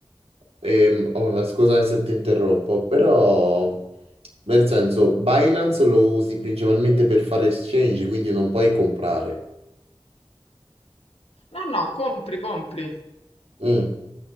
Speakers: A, on the right; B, on the left.
A: ehm, oh, scusami se ti interrompo, però nel senso Binance lo usi principalmente per fare exchange, quindi non puoi comprare.
B: No, no, compri, compri.
A: Mm,